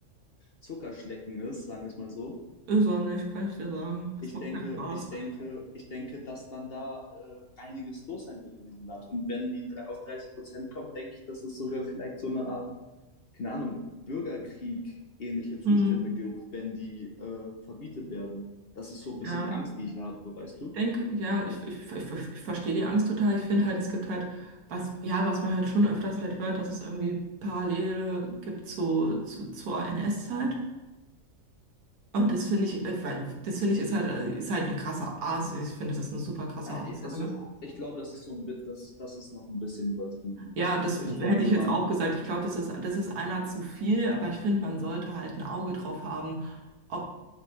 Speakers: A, on the left (about 50°); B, on the right (about 85°).
A: Zuckerschlecken ist, sagen wir es mal so.
B: ist auch nicht, kann ich dir sagen. Das
A: ich
B: macht
A: denke,
B: keinen Spaß.
A: ich denke, ich denke, dass dann da äh, einiges los sein wird in diesem Land. Und wenn die drei- auf 30 Prozent kommen, denke ich, dass es sogar vielleicht so eine Art, keine Ahnung, Bürgerkrieg ähnliche Zustände
B: Hm,
A: gibt, wenn die äh, verbietet werden. Das ist so ein bisschen
B: ja.
A: die Angst, die ich habe, weißt du?
B: Denke, ja, ich, ich, ich, ich verstehe die Angst total. Ich finde halt, es gibt halt was, ja, was man halt schon öfters halt hört, dass es irgendwie Parallele gibt zu, zu, zur NS-Zeit. Und das finde ich, äh, weil- das finde ich ist halt, äh, ist halt eine krasse Aussage. Ich finde, das ist eine super krasse
A: Äh,
B: Aussage.
A: Also ich glaube, das ist so ein, bi- das ist, das ist noch ein bisschen übertrieben.
B: Ja, das
A: Ich
B: hätte
A: denke,
B: ich jetzt
A: man,
B: auch gesagt. Ich glaube, das ist, das ist einer zu viel, aber ich finde, man sollte halt ein Auge drauf haben, ob